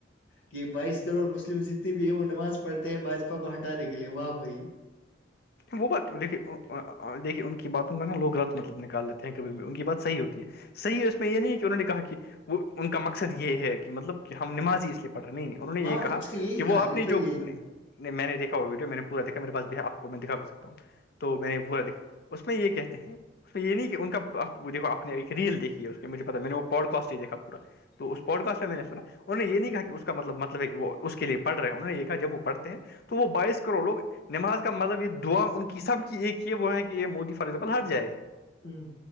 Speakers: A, on the left (about 85°); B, on the left (about 55°).
A: کہ بائیس کروڑ مسلم جتنی بھی ہے وہ نماز پڑھتے ہیں باجپا کو ہٹانے کے لیے واہ بھائی
B: وہ بات دیک دیکے ان کی باتوں کا نا لوگ رات مطلب نکال لیتے ہیں کھی ان کی بات صحی ہوتی ہے صحیح اس میں یہ نہیں کہ انہوں نے کہا کہ وہ ان کا مقصد یہ ہے کہ مطلب کہ ہم نمازی اس لیے پڑھ رہے ہی نہیں انہوں نے
A: ہاں
B: یہ
A: نہیں
B: کہا
A: اس نے یہی
B: کہ وہ
A: کہا
B: آپ
A: لٹرل
B: نے جو
A: یہی کہا
B: میں نے دیکھا وہ ویڈیو میں نے پورا دیکھا میرے پاس باف میں دکھا بھی سکتا ہوں تو میں نے پورا دکھا اس میں یہ کہتے ہیں اس یہ نہیں کہ ان کا دیکو اپ نے ایک ریل دیکھی ہے اس پہ مجھے پتا میں نے وہ پوڈ کاسٹ ہی دیکھا پا تو اس پوڈکسٹ میں نے سنا انہوں یہ نہیں کہا کہ اس کا مطلب مطلب ہے کہ وہ اس کے لیے پڑ رہے ہیں انہوں نے یہ کہا جب وہ پڑتے ہیں تو وہ بائیس کروڑ لوگ نماز کے مطلب یہ دا ان کی سب کی ایک یہ وہ ہے کہ یہ مودی فارگزامپل ہٹ جائے
A: ہوں